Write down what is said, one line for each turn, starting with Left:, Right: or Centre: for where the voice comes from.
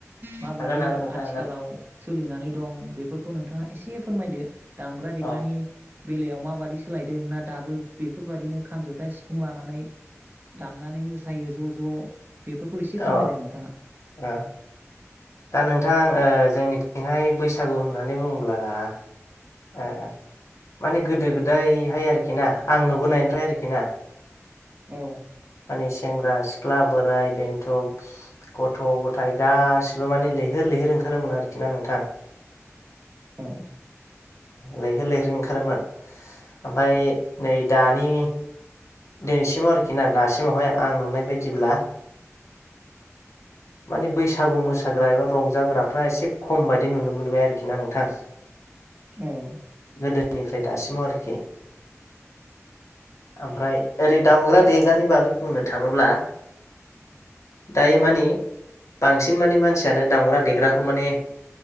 Right: माबादि
Left: हागोन हागोन नोंथां
Right: आथिखालाव
Left: हागोन
Right: सोलिनानै दं बेफोरखौ नोंथाङा एसे फोरमायदो? दामग्रा देग्रानि
Left: औ
Right: बेलायाव माबादि सोलायदों ना दाबो बेफोरबायाददिनो खामजथा सिफुं लानानै दामनानै मोस थायायो ज' ज'- बेफोरखौ एसे
Left: अ
Right: फोरमायदो नोंथाङा
Left: अ दा नोंथां ओ जोंनिथिंहाय बैसागु होननानै बुङोब्लामाने गोदो गोदायहाय आरोखि ना आं नुबोनायनिफ्राय आरोखि ना
Right: औ।
Left: माने सेंग्रा सिख्ला बोराइ बेन्थ' गथ' गथाय गासिबो माने लैहोर लैहोर ओंखारोमोन आरोखि ना नोंथां।
Right: ओ
Left: लैहोर लैहोर ओंखारोमोन ओमफय नै दानि दिनैसिमाव आरोखि ना दासिमावहाय आं नुनाय बायदिब्ला मानि बैसागु मोसाग्रा एबा रंजाग्राफ्रा एसे खम बायदि नुनो मोनबाय आरोखि ना नोंथां।
Right: ओं।
Left: गोदोनिफ्राय दासिमाव आरोखि ओमफ्राय ओरै दामग्रा देग्रानि बागै बुंनो थाङोब्ला दायो मानि बांसिन माने मानसियानो दामग्रा देग्राखौ माने